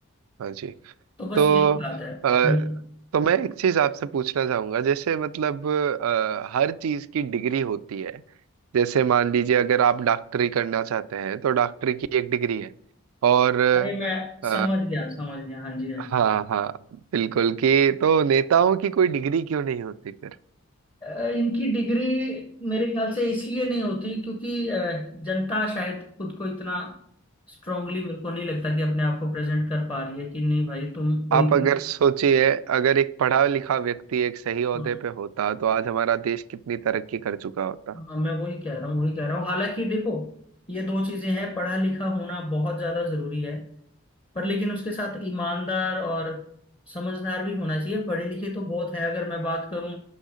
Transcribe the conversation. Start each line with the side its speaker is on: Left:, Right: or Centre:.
Right: हाँ जी
Left: तो बस
Right: तो
Left: यही बात है
Right: अ,
Left: हम्म।
Right: तो मैं एक चीज आपसे पूछना चाहूंगा जैसे मतलब अ, हर चीज की डिग्री होती है जैसे मान लीजिए अगर आप डॉक्टरी करना चाहते हैं तो डॉक्टरी की एक डिग्री है और
Left: अरे मैं
Right: अ,
Left: समझ गया समझ गया हाँ जी हाँ
Right: हाँ
Left: जी
Right: हाँ बिल्कुल कि तो नेताओं की कोई डिग्री क्यों नहीं होती फिर
Left: अ, इनकी डिग्री मेरे ख्याल से इसलिए नहीं होती क्योंकि अ, जनता शायद खुद को इतना स्ट्रांगली मेरे को नहीं लगता कि अपने आप को प्रेजेंट कर पा रही है कि नहीं भाई तुम कोई
Right: आप
Left: भी
Right: अगर सोचिए अगर एक पढ़ा लिखा व्यक्ति एक सही ओहदे
Left: हाँ
Right: पे होता तो आज हमारा देश कितनी तरक्की कर चुका होता
Left: हाँ मैं वही कह रहा हूँ वही कह रहा हूँ हालांकि देखो ये दो चीजें हैं पढ़ा लिखा होना बहुत ज्यादा जरूरी है पर लेकिन उसके साथ ईमानदार और समझदार भी होना चाहिए पढ़े लिखे तो बहुत है अगर मैं बात करूं